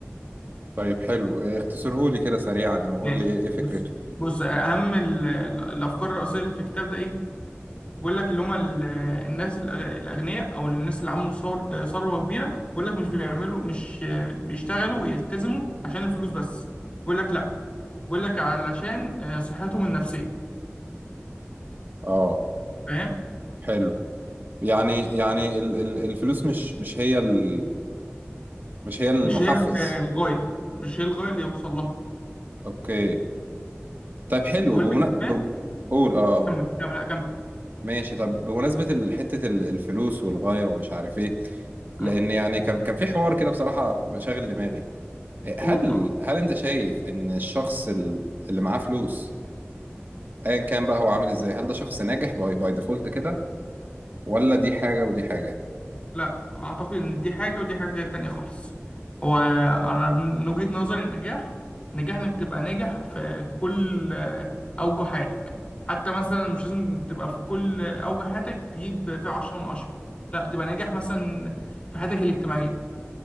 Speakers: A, on the right (about 45°); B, on the left (about 30°).
A: طيب حلو إيه، اختصرهولي كده سريعا او قول
B: ماشي
A: لي ايه إيه فكرته
B: بص بص اهم ال- الافكار الرئيسيه اللي في الكتاب ده ايه بيقول لك اللي هم ال- الناس الأغ- الاغنياء او الناس اللي عملوا ثور- آه، ثروه كبيره بيقول لك مش بيعملوا مش آه، بيشتغلوا ويلتزموا عشان الفلوس بس بيقول لك لا بيقول لك علشان آه، صحتهم النفسيه
A: اه
B: فاهم
A: حلو يعني يعني ال- ال- الفلوس مش مش هي ال- مش هي المحفز
B: مش هي ال- آه، الغايه مش هي الغايه اللي يوصل لها
A: اوكي طيب حلو
B: بيقول
A: بمنا...
B: لك كمان
A: ب... قول اه قول.
B: كمل كمل لا كمل
A: ماشي طب بمناسبة ال- حتة ال- الفلوس والغاية ومش عارف ايه
B: اه
A: لان يعني كان كان في حوار كده بصراحة مشاغل دماغي إيه، هل
B: قول طبعا
A: هل انت شايف ان الشخص ال- اللي معاه فلوس ايا كان بقى هو عامل ازاي هل ده شخص ناجح باي باي ديفولت كده ولا دي حاجة ودي حاجة
B: لا اعتقد ان دي حاجه ودي حاجه تانية خالص هو انا من وجهه نظري النجاح نجاح انك تبقى ناجح في كل آه، اوجه حياتك حتى مثلا مش لازم تبقى في كل آه، اوجه حياتك تجيب فيها عشرة من عشرة لا تبقى ناجح مثلا في حياتك الاجتماعيه